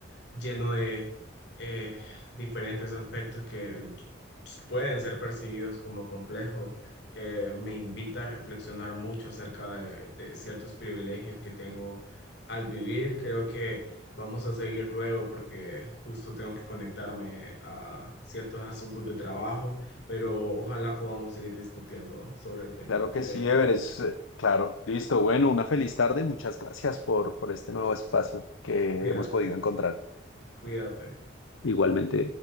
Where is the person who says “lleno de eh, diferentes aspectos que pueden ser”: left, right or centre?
Left